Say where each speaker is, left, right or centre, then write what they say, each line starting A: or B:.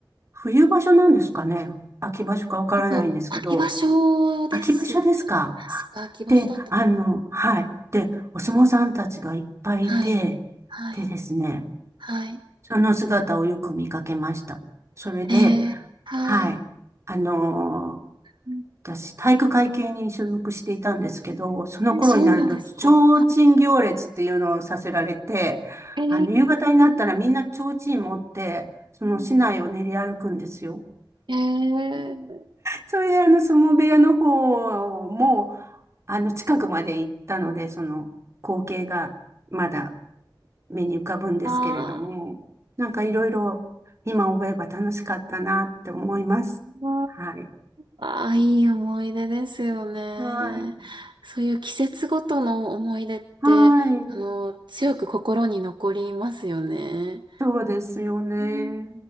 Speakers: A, on the right; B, on the right.
A: 冬場所なんですかね。秋場所かわからないんですけど、
B: えっと、秋場所ですね。
A: 秋場所ですか。
B: 確か秋場所だったと思う。
A: で、あの、はい。で、お相撲さんたちがいっぱいいて、
B: はい。はい。
A: でですね、
B: はい。
A: その姿をよく見かけました。それで、
B: えー、はい。
A: はい。あのー
B: うん
A: 私、体育会系に所属していたんですけど、その頃になると、
B: えそうなんですか。
A: 提
B: はい。
A: 灯行列っていうのをさせられて、
B: えー。
A: あの、夕方になったらみんな提灯持って、その市内を練り歩くんですよ。
B: うんええー
A: それで、あの、相撲部屋の方も、あの、近くまで行ったので、その、光景がまだ目に浮かぶんですけれども、
B: あ
A: なんかいろいろ今思えば楽しかったなって思います。
B: ー
A: はい。
B: あー、あいい思い出ですよね。
A: はい。
B: そういう季節ごとの思い出って、
A: はい。
B: あの、強く心に残りますよね。
A: そうですよね。
B: うん